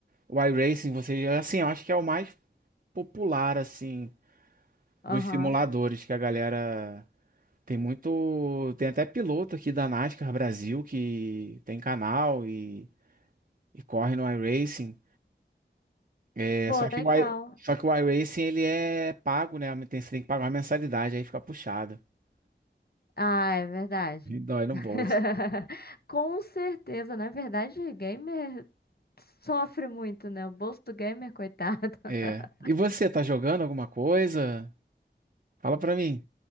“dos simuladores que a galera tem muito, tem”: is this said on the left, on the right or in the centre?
Right